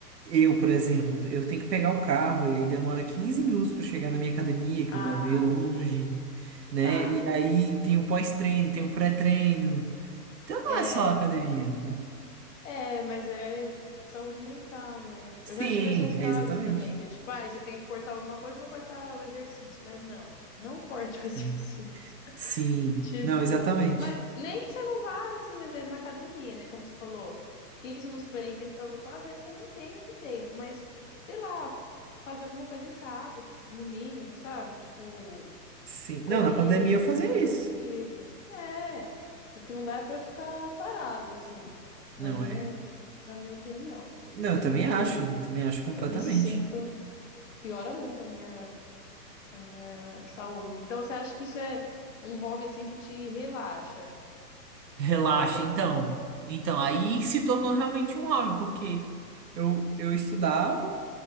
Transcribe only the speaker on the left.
Ah,
sim.
Tá.
É,
É, mas é saúde mental, né? Tipo,
eu já tive essas
fases
também, de tipo, ah, você tem que cortar alguma coisa, eu vou cortar o exercício. Mas não, gente, não corte
o <laughs> exercício.
Tipo,
mas nem que você não vá, assim, às vezes na academia, né? Como você falou, 15 minutos pra ir, 15 pra voltar, às vezes você não tem esse tempo, mas sei lá, f- fazer alguma coisa em casa, no mínimo, sabe? Tipo,
correr,
alguma
coisa
do tipo. É, o que não dá é pra ficar parado, assim, na
minha,
na minha opinião.
Porque
eu me sinto, piora muito a minha, a minha saúde. Então, você acha que isso é um hobby, assim, que te relaxa,
fazer academia?
Relaxa.